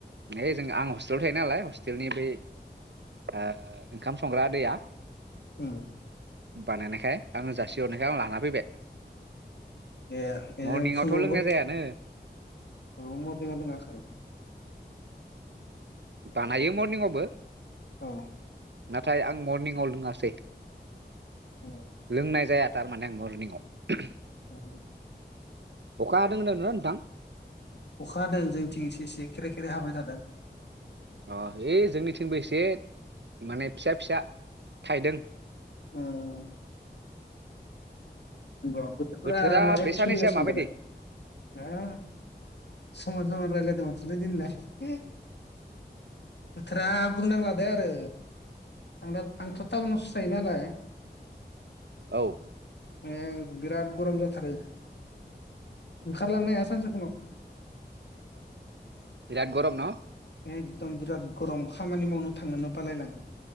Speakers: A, on the right; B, on the left.
A: ओइ जों आं हस्टेलाव थायो नालाय हस्टेलनि बै ओ ओंखाम संग्रा आदैया
B: ओम
A: बानायनायखाय आंनो जासिहरनायखाय आं लाना फैबाय
B: ए
A: मरनिंआवथ'
B: फुङावबो
A: लोंनाय जायानो
B: औ मरनिंआव लोङाखै
A: बानायो मरनिंआवबो
B: औ
A: नाथाय आं मरनिंआव लोङासै
B: औ
A: लोंनाय जाया थारमाने आं मरनिंआव
B: <unintelligible>
A: अखा हादों होनदों नोंथां
B: अखा हादों जोंनिथिं एसे एसे ख्रे ख्रे हाबाय थादों।
A: अ ओइ जोंनिथिंबो एसे माने फिसा फिसा थाइदों
B: उक्ष नोंग बोथोरफोरा
A: बोथोरा
B: माबायदि
A: बे साननैसोआ
B: सोलिगासिनो
A: माबायदि
B: दालाय ओ <unintelligible> माथोलाय दिनिलाय बोथोरा बुंनांला दे आरो आं दा आंथ टाउनावसो थायो नालाय
A: औ
B: ओं बिराद गरम जाथारो ओंखारलांनो हाया सानजुफुंङाव
A: बिराद गरम न
B: एकदम बिराद गरम खामानि मावनो थांनोनो बालायलाङो